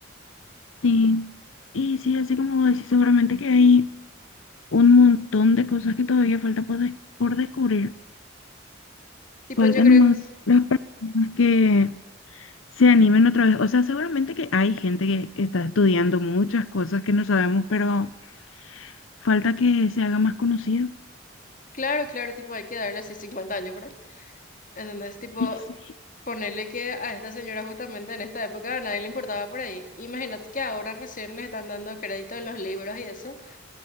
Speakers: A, on the left (about 75°); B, on the left (about 40°).
A: Sí, y sí, así como vos decís, seguramente que hay un montón de cosas que todavía falta por, des- por descubrir.
B: Tipo,
A: Faltan
B: yo creo,
A: nomás las personas que se animen otra vez. O sea, seguramente que hay gente que está estudiando muchas cosas que no sabemos, pero falta que se haga más conocido. <laughs>
B: claro, claro, tipo, hay que darle así 50 años por ahí, ¿entendés? Tipo,
A: Y sí,
B: ponerle que a esta señora justamente en esta época a nadie le importaba por ahí. Imagínate que ahora recién le están dando crédito en los libros y eso.